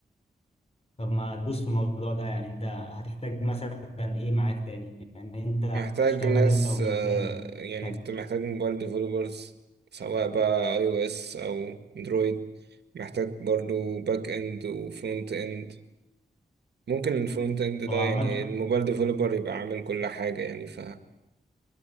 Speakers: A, on the left; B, on the right.
A: طب ما تدوس في الموضوع ده يعني انت هتحتاج مثلا ايه معاك تاني يعني انت
B: محتاج
A: هتشتغل
B: ناس
A: انت ومين
B: آه،
A: تاني
B: يعني
A: تحتاج
B: كنت محتاج
A: ايه
B: موبايل ديفلوبرز سواء بقى اي او اس او اندرويد محتاج برضه باك اند وفرونت اند ممكن الفرونت اند ده
A: هو عامة
B: يعني الموبايل ديفلوبر يبقى عامل كل حاجة يعني ف